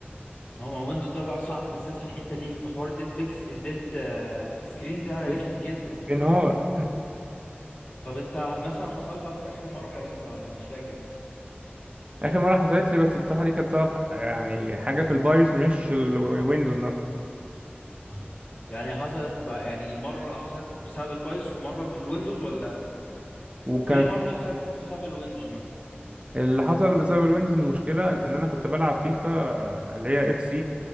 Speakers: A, on the left; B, on the right.
A: هو ما ويندوز ده بقى صعب بالذات في الحته دي في حوار ديد بيكس الديد آه، سكرين ده
B: بين-
A: رخم جدا
B: بينهار
A: طب انت مثلا حصل لك اخر مره امتى ولا مش فاكر
B: اخر مره حصلت لي بس بصراحه دي كانت بسبب ح- يعني حاجه في البايوس مش الويندوز نفسه
A: <laughs> يعني حصلت بقى يعني مرة حصلت بسبب البايس ومرة بالويندوز ولا
B: وكان
A: قول لي مرة حصلت بسبب الويندوز مثلا
B: اللي حصل بسبب الويندوز المشكله ان انا كنت بلعب فيفا آه، اللي هي اف سي